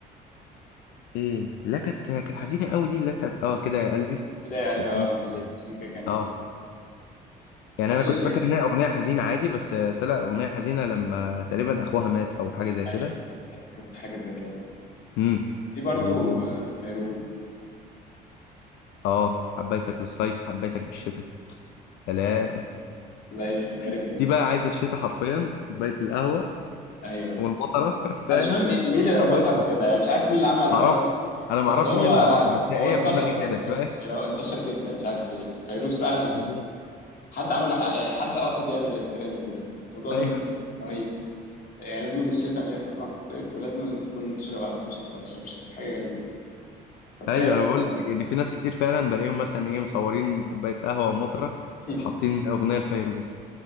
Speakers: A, on the left (about 85°); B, on the left (about 55°).
A: ايه لا كانت كانت حزينة قوي دي اللي هي بتاعت اه كده يا قلبي
B: كده يا قلبي
A: وفي
B: اه لما
A: يعني،
B: دي كده جميل
A: اه يعني
B: طب
A: انا
B: ايه
A: كنت فاكر انها اغنيه حزينه عادي بس آه، طلع اغنيه حزينه لما تقريبا اخوها مات او حاجه زي
B: ايوه
A: كده
B: كانت كانت حاجه زي كده
A: امم
B: في برضو
A: و
B: آه، فيروز
A: اه حبيتك بالصيف حبيتك بالشتاء سلام
B: الله يبارك
A: <laughs>
B: لك
A: دي بقى عايزه الشتاء حرفيا كوبايه القهوه
B: ايوه
A: والمطره <laughs> فاهم
B: انا مش فاهم إيه- مين اللي ربطها
A: واسمع
B: بكده يعني مش عارف مين اللي عمل الحوار
A: معرفش
B: ده
A: انا معرفش
B: بس هو
A: مين اللي ربطها بس هي
B: هو انتشر
A: هي في دماغي كده
B: خد بالك
A: فاهم
B: يعني هو انتشر جدا مش عارف ليه فيروز فعلا
A: بالظبط
B: حد عمل يعني حد قاصد يعمل الترند ده الموضوع
A: ايوه
B: ده رهيب يعني لازم إن الشتاء مش هينفع تسمعها في الصيف ولازم تكون تشرب قهوه مش هينفع تشرب شاي حاجه غريبه
A: <laughs>
B: بس
A: ايوه
B: هي رهيبه
A: انا بقول لك
B: يعني
A: ان في ناس كتير فعلا بلاقيهم مثلا ايه مصورين كوبايه قهوه ومطره
B: <laughs>
A: وحاطين اغنيه لفيروز